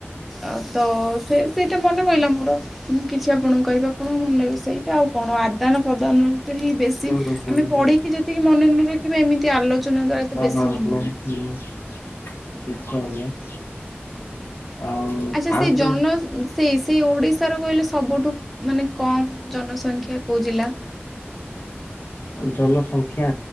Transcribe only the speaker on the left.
ମାସ ହୁଁ
ହୁଁ ହୁଁ
<inaudible>
ଆଉ
ଆଉ
ଗୋଟେ
ଜନସଂଖ୍ୟା